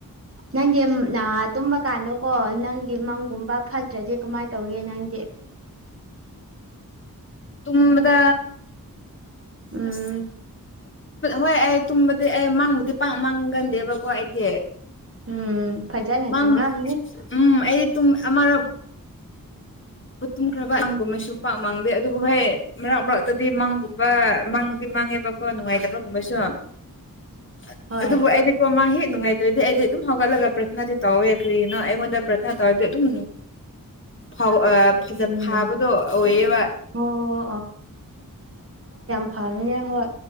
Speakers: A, on the right; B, on the left.
A: ꯅꯪꯗꯤ ꯅ ꯇꯨꯝꯕ ꯀꯥꯟꯗꯣꯀꯣ ꯅꯪꯒꯤ ꯃꯪꯒꯨꯝꯕ ꯐꯠꯇ꯭ꯔꯗꯤ ꯀꯃꯥꯏꯅ ꯇꯧꯒꯦ ꯅꯪꯗꯤ
B: ꯇꯨꯝꯕꯗ
A: ꯎꯝ
B: ꯑꯁ ꯍꯣꯏ ꯑꯩ ꯇꯨꯝꯕꯗꯤ ꯑꯩ ꯃꯥꯡꯕꯨꯗꯤ ꯄꯥꯛ ꯃꯥꯡꯒꯟꯗꯦꯕꯀꯣ ꯑꯩꯗꯤ
A: ꯎꯝ ꯐꯖꯅ
B: ꯃꯪ
A: ꯇꯨꯝꯔꯝꯅꯤ
B: ꯎꯝ ꯑꯩꯗꯤ ꯇꯨꯝ ꯑꯃꯔꯛ ꯃꯇꯨꯝꯈ꯭ꯔꯕ ꯑꯉꯥꯡꯒꯨꯝꯕꯁꯨ ꯄꯥꯛ ꯃꯥꯡꯗꯦ ꯑꯗꯨꯕꯨ ꯍꯣꯏ ꯃꯔꯥꯛ ꯃꯔꯥꯛꯇꯗꯤ ꯃꯥꯡꯒꯨꯝꯕ ꯃꯥꯡꯗꯤ ꯃꯥꯡꯉꯦꯕ ꯀꯣ ꯅꯨꯡꯉꯥꯏꯇꯕꯒꯨꯝꯕꯁꯨ
A: <inaudible>
B: ꯑꯠ
A: ꯍꯣꯏ
B: ꯑꯗꯨꯕꯨ ꯑꯩꯗꯤ ꯃꯥ ꯍꯦꯛ ꯅꯨꯡꯉꯥꯏꯇ꯭ꯔꯗꯤ ꯑꯩꯗꯤ ꯑꯗꯨꯝ ꯍꯧꯒꯠꯂꯒ ꯄ꯭ꯔꯊꯅꯥꯗꯤ ꯇꯧꯋꯦ ꯀ꯭ꯔꯤꯅ ꯑꯩꯉꯣꯟꯗ ꯄ꯭ꯔꯊꯅꯥ ꯇꯧꯔꯗꯤ ꯑꯗꯨꯝ ꯐꯥꯎ ꯐꯖ
A: ꯎꯝ
B: ꯐꯕꯗꯣ ꯑꯣꯏꯌꯦꯕ
A: ꯑꯣ ꯐꯝꯅꯦ ꯍꯣꯢ